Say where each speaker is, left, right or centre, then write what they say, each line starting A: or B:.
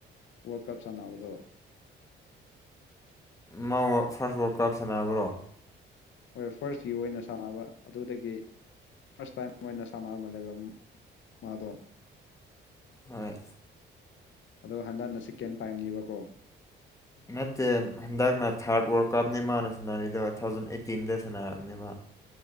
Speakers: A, on the left (about 70°); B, on the left (about 15°).
A: ꯋꯥꯔꯜ ꯀꯞ ꯁꯥꯟꯅꯕꯗꯣ
B: ꯃꯥ ꯐꯥꯔꯁ ꯋꯥꯔꯠ ꯀꯞ ꯁꯥꯟꯅꯕꯔꯣ
A: ꯍ ꯐꯥꯔꯁꯀꯤ ꯑꯣꯏꯅ ꯁꯥꯟꯅꯕ ꯑꯗꯨꯗꯒꯤ ꯐꯥꯔꯁ ꯇꯥꯏꯝ ꯑꯣꯏꯅ ꯁꯥꯟꯅ ꯑꯃ ꯂꯩꯕ ꯃꯥꯗꯣ
B: ꯍꯣꯏ
A: ꯑꯗꯣ ꯍꯟꯗꯅ ꯆꯤꯀꯦꯟ ꯄꯥꯏꯝꯅꯦꯕꯀꯣ
B: ꯅꯠꯇꯦ ꯍꯟꯗꯛꯅ ꯊꯥꯔꯠ ꯋꯥꯔꯜ ꯀꯞꯅꯦ ꯃꯥꯅ ꯁꯥꯟꯅꯔꯤꯗꯣ ꯇꯨ ꯊꯥꯎꯖꯟ ꯑꯦꯠꯇꯤꯟꯗ ꯁꯥꯟꯅꯔꯕꯅꯦ ꯃꯥ